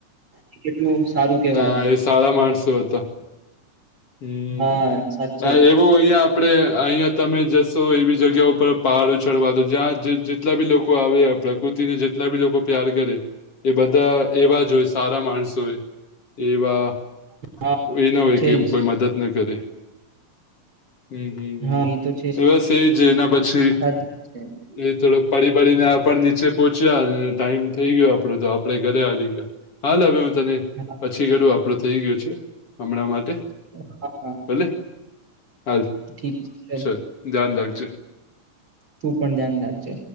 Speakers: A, on the right; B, on the left.
A: ઈ કેટલું સારું કહેવાય.
B: હા એ સારા માણસો હતો. હમ્મ.
A: હા સાચે
B: <unintelligible> બહું અહીંયા આપણે અહીંયા તમે જશો એવી જગ્યા ઉપર પહાડો ચડવા. તો જ્યાં જ-જ જેટલા બી લોકો આવે, આ પ્રકૃતિ ને જેટલા બી લોકો પ્યાર કરે એ બધા એવા જ હોય, સારા માણસો હોય. એવા એવું
A: હા તો
B: ના હોય
A: છે
B: એમ કે
A: જ
B: કોઈ મદદ ના કરે. હમ્મ-હમ્મ-હમ્મ.
A: હા તો છે જ
B: એ બસ એ જ. એના પછી
A: સાચી વાત છે
B: એ થોડો પડી-પડીને આપણ નીચે પહોંચ્યા, અન ટાઈમ થઈ ગયો આપણો તો આપણેે ઘરે હાલી ગયા. હાલ. હવે હું તને
A: હા
B: પછી કરું, આપણું થઈ ગયું છે હમણાં માટે.
A: <inaudible>
B: ભલે. હાલ.
A: ઠીક છે. ચલ
B: <unintelligible> ધ્યાન રાખજે.
A: તું પણ ધ્યાન રાખજે.